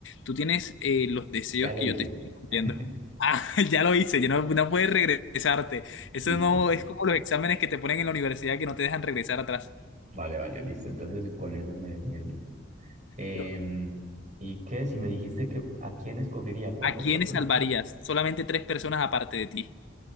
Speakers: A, on the left; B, on the right.
A: Tú tienes eh, los deseos
B: ya lo
A: que
B: hice.
A: yo te estoy cumpliendo.
B: <laughs>
A: Ah, <laughs> ya lo hice, ya no, no puedes regresarte. Eso
B: Listo.
A: no es como los exámenes que te ponen en la universidad que no te dejan regresar atrás.
B: Vale, vale, listo. Entonces con eso me defiendo. Em,
A: Pero,
B: ¿y qué? Si me dijiste que a quién escogería, ¿cuántas
A: ¿a quiénes
B: personas?
A: salvarías? Solamente tres personas aparte de ti.